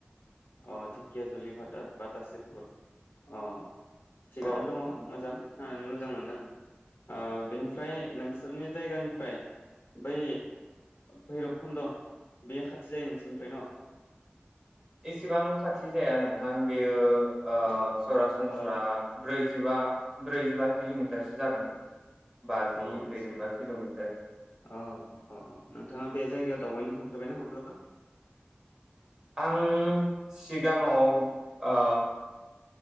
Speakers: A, on the left; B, on the right.
A: अ धेकियााजुलि भा बातासिपुर अ थिगानो
B: औ
A: दङ मोजां खोनानानै मोजां मोनदों आ बेनिफ्राय नोंसोरनि जायगानिफ्राय बै भैरब खुन्द' बे खाथि जायो नोंसोरनिफ्राय न?
B: एसेबां खाथि जाया नोंथां बेयो ओ
A: अ
B: सरासनस्रा
A: अ
B: ब्रै जिबा ब्रैजिबा किल'मिटारसो जागोन। बाजि
A: औ नोंसोरनिफ्राय
B: ब्रैजिबा किल'मिटार
A: औ औ औ नोंथाङा बे जायगायाव दावबायनो थां फेरबायाय ना माब्लाबा?
B: आं सिगाङाव ओ